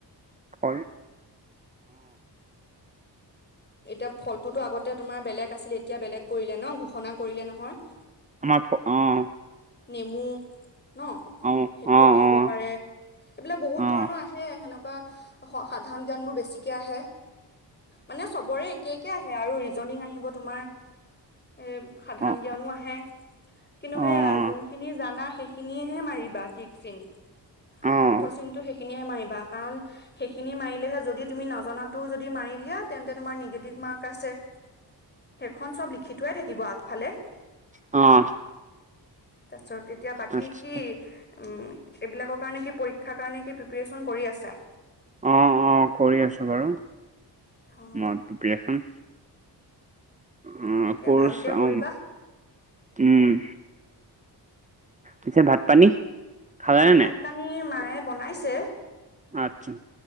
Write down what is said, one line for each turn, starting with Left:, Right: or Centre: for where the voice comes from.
Right: হয়।
Left: এতিয়া ফলটোতো আগতে তোমাৰ বেলেগ আছিলে, এতিয়া বেলেগ কৰিলে ন' ঘোষণা কৰিলে নহয়!
Right: আমাৰ অ'।
Left: নেমু ন'
Right: অ',
Left: সেইটো
Right: অ', অ',
Left: আহিব পাৰে। এইবিলাক বহুত
Right: অ',
Left: ধৰণৰ আহে, সেনেকুৱা সাধাৰন জ্ঞানবোৰ বেছিকে আহে। মানে চবৰে একে, একে আহে আৰু ৰিজনিং আহিব তোমাৰ। এ, সাধাৰন
Right: অ',
Left: জ্ঞানো আহে। কিন্তু
Right: অ',
Left: সেইয়া যোনখিনি জান জানা সেইখিনিহে মাৰিবা টিক চিন।
Right: অ',
Left: শুদ্ধ চিনটো সেইখিনিহে মাৰিবা। কাৰণ সেইখিনি মাৰিলেহে যদি তুমি নাজনাটো যদি মাৰি দিয়া তেন্তে তোমাৰ নেগেটিভ মাৰ্ক আছে। সেইখন চব লিখি থোৱাই থাকিব আগফালে।
Right: অ'।
Left: তাৰপিছত এতিয়া বাকী
Right: আচ্ছা।
Left: কি? এইবিলাকৰ কাৰণে কি পৰীক্ষাৰ কাৰণে কি প্ৰিপেৰেশ্যন কৰি আছা?
Right: অ', অ', কৰি আছোঁ বাৰু
Left: অ
Right: মই প্ৰিপেৰেশ‌্যন। অ',
Left: তাকে
Right: কৰ্চ
Left: ভালকে
Right: অ'
Left: কৰিবা
Right: উম, পিছে ভাত পানী খালানে নাই?
Left: ভাত পানী মায়ে বনাইছে।
Right: আটচা